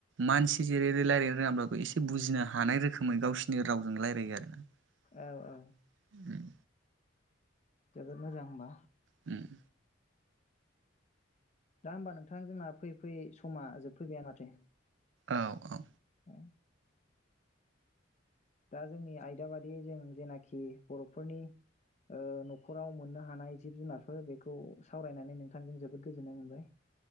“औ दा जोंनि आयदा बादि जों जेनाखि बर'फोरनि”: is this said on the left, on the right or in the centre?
Left